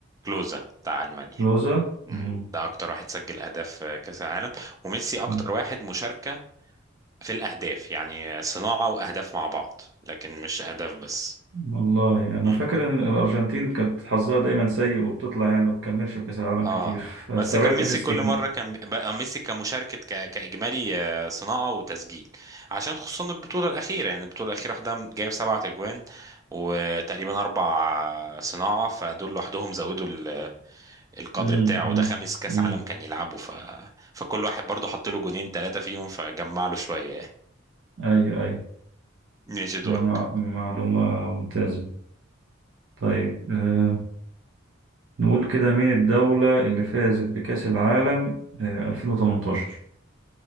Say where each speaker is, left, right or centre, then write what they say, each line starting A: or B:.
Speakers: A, on the right; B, on the right.
A: كلوزا بتاع ألمانيا
B: كلوزا
A: مم،
B: مم.
A: ده اكتر واحد سجل اهداف في كاس العالم وميسي اكتر
B: مم.
A: واحد مشاركة في الاهداف يعني صناعة واهداف مع بعض لكن مش اهداف بس
B: والله انا
A: امم
B: فاكر ان الارجنتين كانت حظها دايما سيء وبتطلع يعني ما بتكملش في كأس العالم
A: اه
B: كتير فاستبعدت
A: بس كان ميسي
B: ميسي
A: كل مرة كان بقى ميسي كمشاركة ك... كاجمالي آه، صناعة وتسجيل عشان خصوصا البطولة الأخيرة يعني البطولة الأخيرة واحدة جايب سبعة أجوان وتقريبا أربع صناعة فدول لوحدهم زودوا ال...
B: <laughs>
A: القدر
B: مم.
A: بتاعه
B: مم.
A: وده خامس كأس
B: مم.
A: عالم كان يلعبه ف... فكل واحد برضه حط له جونين ثلاثة فيهم فجمع له شوية
B: ايوه ايوه
A: ماشي دورك
B: ده مع- معلومة ممتازة طيب آه، نقول كده مين الدولة اللي فازت بكأس العالم آه، 2018